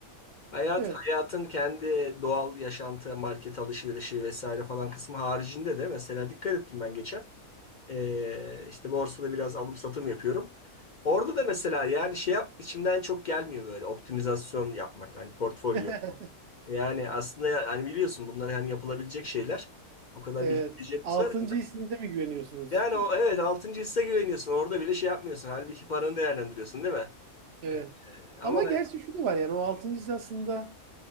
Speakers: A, on the left; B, on the right.
A: hayat
B: evet.
A: hayatın kendi doğal yaşantı, market alışverişi vesaire falan kısmı haricinde de mesela dikkat ettim ben geçen. Ee, işte borsada biraz alım satım yapıyorum. Orada da mesela yani şey yap içimden çok gelmiyor böyle optimizasyon yapmak hani portfolyo.
B: <laughs>
A: Yani aslında ya- hani biliyorsun bunlar yani yapılabilecek şeyler. O kadar
B: Evet.
A: bilgilerimiz
B: Altıncı
A: var mı?
B: hissinize mi güveniyorsunuz?
A: Yani o evet altıncı hisse güveniyorsun. Orada bile şey yapmıyorsun. Halbuki paranı değerlendiriyorsun değil mi?
B: Evet.
A: Ee, ama
B: Ama gerçi şu da var yani o altıncı his aslında